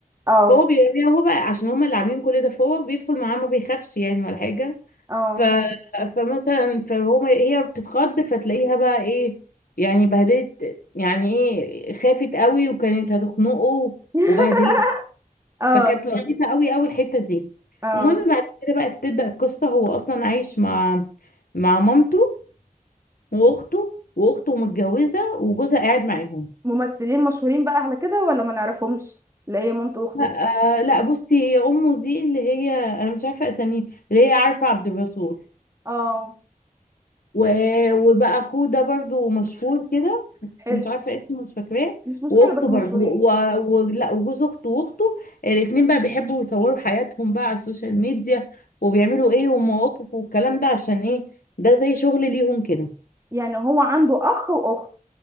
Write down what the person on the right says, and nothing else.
اه
اه
<laughs>
اه
اه
ممثلين مشهورين بقى على كده ولا ما نعرفهمش اللي هي مامته واخته
اه
حلو
مش مشكله
بس
مشهورين
يعني هو عنده اخ واخت